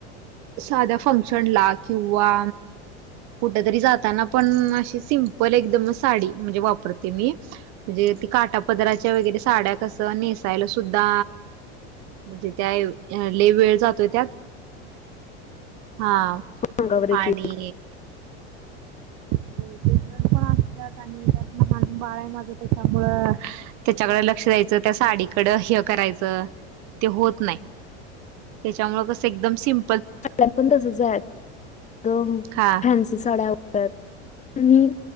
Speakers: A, on the right (about 55°); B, on the left (about 20°).
A: साध्या फंक्शनला किंवा कुठ तरी जाताना पण, अशी सिंमपल एकदमच साडी म्हणजे वापरते मी म्हणजे, ती काटापदराच्या वगैरे साड्या कसं नेसायला सुद्धा म्हणजे त्या हल्ली वेळ जातोय त्यात हा
B: सांगा बरं
A: आणि
B: की
A: होय ते सर पण असतात आणि 'त्यातलं लहान बाळ आहे माझ त्याच्यामुळं', त्याच्याकडें लक्ष द्यायचं, त्या साडीकडं हे करायचं ते होत नाही. त्याच्यामुळे कसं एकदम सिम
B: ह पण तसच आहेत एकदम
A: हा
B: फैन साड्या आणि